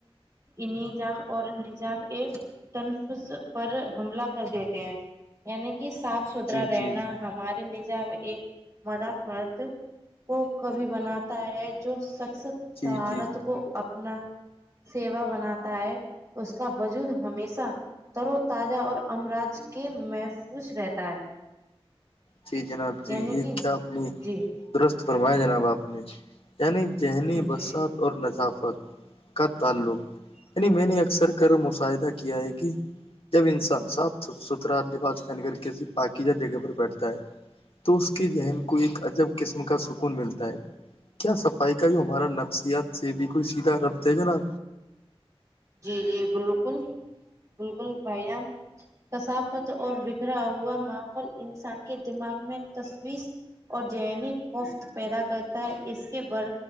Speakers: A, on the right; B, on the left.
A: انظام اور نظام ا تنفظ پر حملہ کر دیتے ہیں یعنی کہ صاف ستھرا
B: جی جی
A: رہنا
B: جی
A: ہمارے ن جمعہ مادافات کو کو بھی بناتا تا ہے جو شخص
B: جی
A: طہارت
B: جی
A: کو اپنا سیوا بناتا ہے اس کا وجود ہمیشہ تر و تازہ اور امراج کے محفوظ رہتا ہے
B: جی جناب جی
A: یعنی
B: یہ
A: کہ
B: کیا اپ نے
A: جی
B: درست فرمایا جناب آپ نے یعنی ذہنی
A: جی
B: وسعت
A: جی
B: اور نذافت کا تعلق یعنی میں نے اکثر کر مشاہدہ کیا ہے کہ جب انسان صاف سا ستھرا لے بعد فین کر کے دوباکیجگہ پر بیٹھتے ہے تو اس کے ذہن کو ایک عجب قسم کا سکون ملتا ہے کیا صفائی کا جو ہمارا نفسیات سے بھی کوئی سیدھا ربط ہے نا
A: جی جی بالکل بالکل بھائی جان کثافت اور بکھرا ہوا ماحول انسان کے دماغ میں تشویس اور ذہنی خفت پیدا کرتا ہے اس کے بر